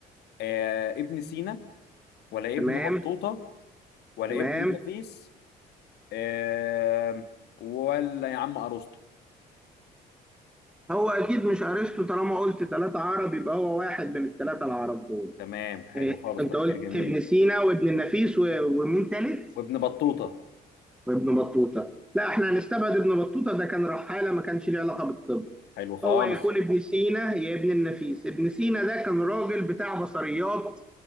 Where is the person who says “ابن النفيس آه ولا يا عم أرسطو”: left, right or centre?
Left